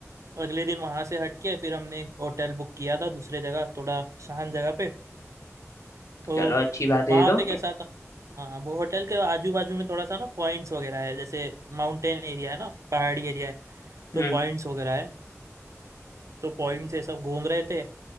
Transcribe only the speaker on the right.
अगले दिन वहां से हट के फिर हमने एक होटल बुक किया था दूसरे जगह थोड़ा शांत जगह पे तो
वहां
पे कैसा था हाँ वो होटल के आजू बाजू में थोड़ा सा ना पॉइंट्स वगैरह है जैसे माउंटेन एरिया है ना पहाड़ी एरिया है
तो पॉइंट्स वगैरह है तो पॉइंट्स ये सब घूम रहे थे